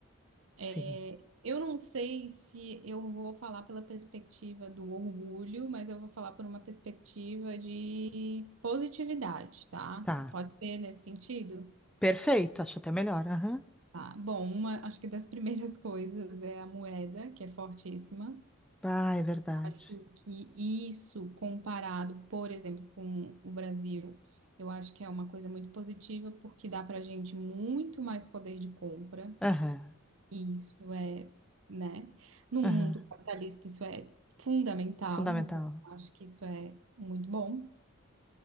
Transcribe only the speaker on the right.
É, eu não sei se eu vou falar pela perspectiva do orgulho, mas eu vou falar por uma perspectiva de positividade, tá?
Pode ser nesse sentido?
Tá. Bom, uma, acho que das <laughs> primeiras coisas é a moeda, que é fortíssima.
Acho que isso, comparado, por exemplo, com o Brasil, eu acho que é uma coisa muito positiva, porque dá para gente muito mais poder de compra,
e isso é, né? No mundo
capitalista, isso é fundamental,
então eu acho que isso é muito bom.